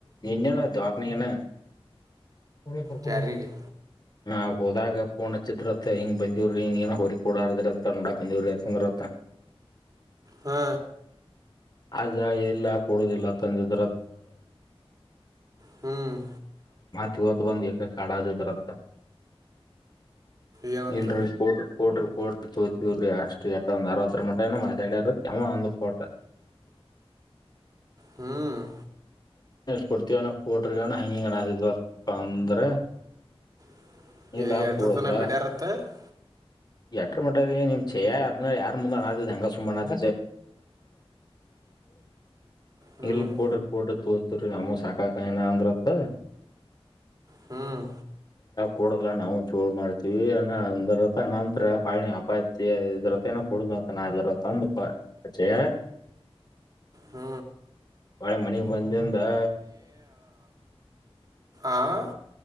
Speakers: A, on the left; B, on the right.
A: ನಿನ್ನನವಾಕನಗನ <unintelligible>
B: ಕ್ಯಾರಿಗೆ
A: ಹ ಹೌದಾಗ ಫೋನ್ ಹಚ್ಚಿದ್ರತ್ತ ಹಿಂಗ ಬಂದೀವ್ರಿ ಹಿಂಗ ಏನ ಹೋರಿ ಕ ಕೊಡಾರದಿತ್ತ ನೋಡಾಕಂದವ್ರ ಯಂದ್ರತ್ತ
B: ಹಾ
A: ಅದ ಎಲ್ಲ ಕೊಡುದಿಲ್ಲ ತಂದಿದ್ರತ್ರ
B: ಹ್ಮ್
A: ತರತ್ ಬಂದ ಯಕ ಕಾಡ ಸಿ ಬರತ್ತ
B: ಏನತ್ತ
A: ಇಲ್ರಿ ಸ್ ಸ್ಫೋಡ್ರಿ ಕೋಡ್ ತೋದವ್ರಿ ಅಷ್ಟ ಎಟ್ಟ ಒಂದ್ ಅರವತ್ತರ ಮಂಟೆನ ಮತಾಡಾರ ಯಮ ಒಂದ ಪೋಟ
B: ಹ್ಮ್
A: ಕೊಡ್ತೀವಣ ಕೊಟ್ರಿನ ಹಂಗಿಣಸ್ದ್ವಪ್ಪ ಅಂದ್ರ
B: <unintelligible>
A: ಇಲ್ಲ ಕೊಡಲ್ಲ
B: ಬಿಡಾರತ್ತೆ ಹ <inaudible>
A: ಎಟ್ರ ಮಟ್ಟದ ನಿಮ್ ಚಛಯ ಅದ್ಮೇ ಯಾರ್ ಮುಂದೆ ಅನಾತದ ಹಂಗ ಸು ಅನಾತ
B: ಹ್ಮ್
A: ಇಲ್ ಕೂಡ ಕೂಡ ತೋ ನಮ್ಮ ಶಾಖಾ ಕನಾ ಅಂದ್ರತ
B: ಹ್ಮ್
A: ಕೊೂಡದಲ ನಾವು ಚೋಳ್ ಮಾಡ್ತೀವಿ ಅನ್ನ ಅಂದರ ನ ಹತ್ರ ಹಾಳಿ ಅಪಾಯತಿ ಇದ್ರ ಏನ ಕುಡ್ದತನರ ತಂದಪ ಆಚೆ
B: ಹ್ಮ
A: ನಾಳೆ ಮನೆ ಮಂಜದಾ
B: ಆ